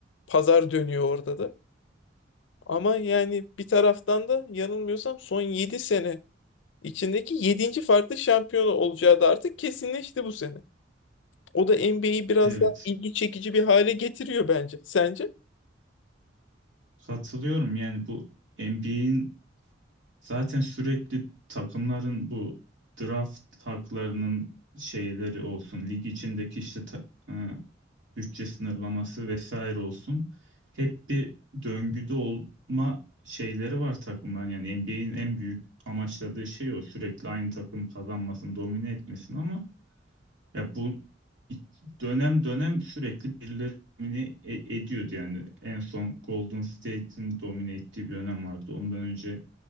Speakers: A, on the left; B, on the right.
A: pazar dönüyor orada da. Ama yani bir taraftan da yanılmıyorsam son 7 sene içindeki yedinci farklı şampiyon olacağı da artık kesinleşti bu sene. O da NBA'yi biraz
B: evet.
A: daha ilgi çekici bir hale getiriyor bence. Sence?
B: Katılıyorum yani bu NBA'in Zaten sürekli takımların bu draft haklarının şeyleri olsun, lig içindeki işte ta- e, bütçe sınırlaması vesaire olsun. Hep bir döngüde olma şeyleri var takımların. Yani NBA'in en büyük amaçladığı şey o. Sürekli aynı takım kazanmasın, domine etmesin ama ya bu dönem dönem sürekli birileri domine e- ediyordu yani. En son Golden State'in domine ettiği bir dönem vardı. Ondan önce